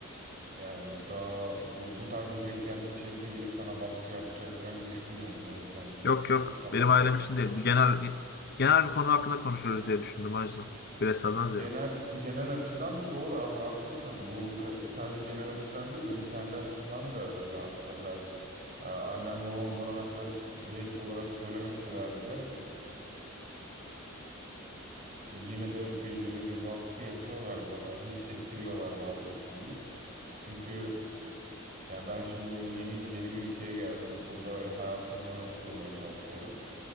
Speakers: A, on the right; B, on the left.
A: e, yani daha bu, bu tarz bir beklenti içerisine girip sana baskı yapacaklarını düşünmüyordum. O yüzden
B: Yok
A: şey
B: yok
A: oldu kafam
B: benim ailem
A: karıştı.
B: için değil. Bu genel genel bir konu hakkında konuşuyoruz diye düşündüm o yüzden. Bireyselden ziyade.
A: Genel genel açıdan doğru abi haklısın. Bu e, sadece genel açıdan değil benim kendi açımdan da öyle aslında biraz. Ee, annem babam bana mesela s- direkt olarak söylemeseler bile e, yine de belirli bir baskı yapıyorlar bana, hissettiriyorlar daha doğrusu diyeyim. Çünkü e, yani ben şimdi yeni yeni bir ülkeye geldim. Burada hayatımı kurmaya çalışıyorum.